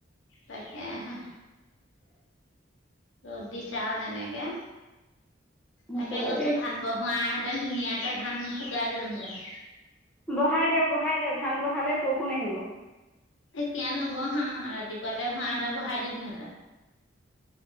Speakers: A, on the left; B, in the centre.
A: তাকেহে, ৰ'দ দিছে আৰু যেনেকে।
B: নক'বা
A: তাকে কৈছোঁ
B: দেই
A: ধান বহোৱাহেঁতেন ধুনীয়াকে ধান শুকাই গ'লহেঁতেন।
B: বহাই দিয়ক, বহাই দিয়ক। ধান বহালে বৰষুণ আহিব।
A: এতিয়া নবহাও। ৰাতিপুৱাতে হোৱা বহাই দিলোহেতেন।